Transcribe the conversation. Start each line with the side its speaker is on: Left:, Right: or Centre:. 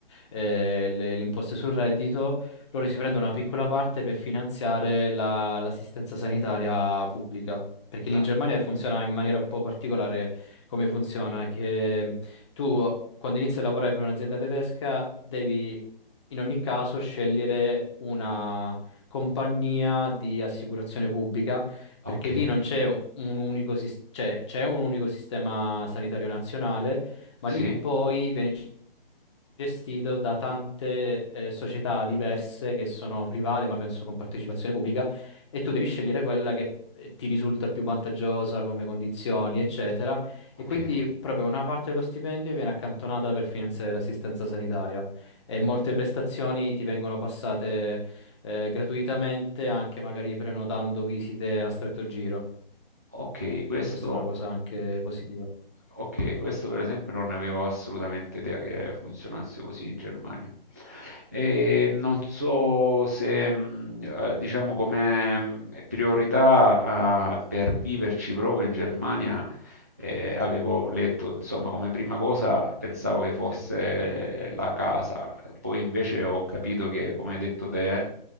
Left: eh, le, le imposte sul reddito, loro si prendono una piccola parte per finanziare la- l'assistenza sanitaria pubblica. Perché lì
Right: ah,
Left: in Germania funziona in maniera un po' particolare come funziona, è che tu quando inizi a lavorare per un'azienda tedesca devi in ogni caso scegliere una compagnia di assicurazione pubblica,
Right: ok,
Left: perché lì non c'è un unico, sis- cioè, c'è un unico sistema sanitario nazionale, ma
Right: sì,
Left: lì poi viene gestito da tante eh, società diverse che sono private, ma penso con partecipazione pubblica, e tu devi scegliere quella che eh, ti risulta più vantaggiosa come condizioni, eccetera.
Right: ok.
Left: E quindi proprio una parte dello stipendio viene accantonata per finanziare l'assistenza sanitaria e molte prestazioni ti vengono passate eh, gratuitamente, anche magari prenotando visite a stretto giro.
Right: Ok, questo,
Left: Questa è una cosa anche positiva.
Right: ok, questo per esempio non ne avevo assolutamente idea che funzionasse così in Germania. E non so se, mh, eh, diciamo, come mh, priorità, eh, per viverci proprio in Germania, eh, avevo letto, insomma, come prima cosa pensavo che fosse
Left: Sì,
Right: eh, la casa, poi invece ho capito che, come hai detto te,